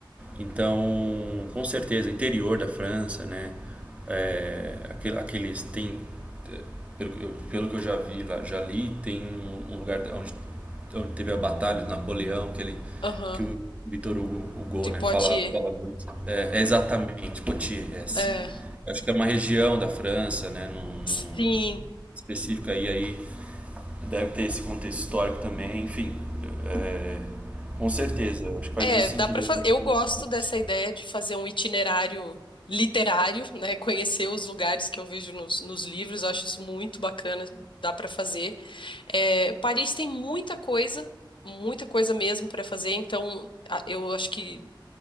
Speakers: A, on the right; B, on the left.
A: Então, com certeza, interior da França, né? É, aquele- aqueles tem pelo, eu- pelo que eu já vi lá, já li, tem um, um lugar onde, onde teve a batalha do Napoleão, que ele,
B: aham,
A: que o Vitor Hugo, Hugo,
B: de
A: né,
B: Poitiers.
A: fala, fala muito. É, é exatamente, Poitiers, essa.
B: É,
A: Eu acho que é uma região da França, né, num, num-
B: sim.
A: específica aí, aí deve ter esse contexto histórico também, enfim. é, com certeza, eu acho que faz
B: É,
A: muito sentido
B: dá para fazer.
A: a gente
B: Eu gosto
A: ir pra Paris.
B: dessa ideia de fazer um itinerário literário, né? Conhecer os lugares que eu vejo nos, nos livros, eu acho isso muito bacana, dá para fazer. É, Paris tem muita coisa, muita coisa mesmo para fazer, então a- eu acho que